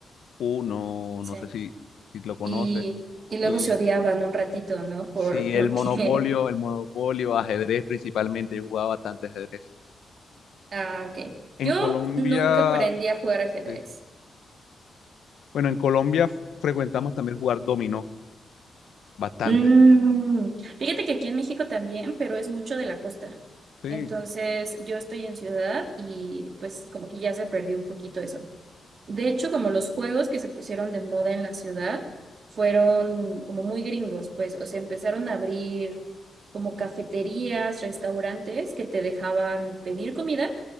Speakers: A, on the left (about 75°); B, on the right (about 50°).
A: uno,
B: sí.
A: no sé si, si lo conoces.
B: Y, y luego
A: Y
B: se odiaban un ratito, ¿no? Por,
A: Sí,
B: porque,
A: el monopolio, el monopolio, ajedrez principalmente, yo jugaba bastante ajedrez.
B: <laughs> ah, ok.
A: En
B: Yo
A: Colombia,
B: nunca aprendí a jugar ajedrez.
A: sí, Bueno, en Colombia frecuentamos también jugar dominó bastante.
B: Mm, fíjate que aquí en México también, pero es mucho de la costa.
A: Sí,
B: Entonces,
A: o
B: yo estoy en ciudad y pues como que ya se perdió un poquito eso. De hecho, como los juegos que se pusieron de moda en la ciudad fueron como muy gringos, pues, o sea, empezaron a abrir como cafeterías, restaurantes que te dejaban pedir comida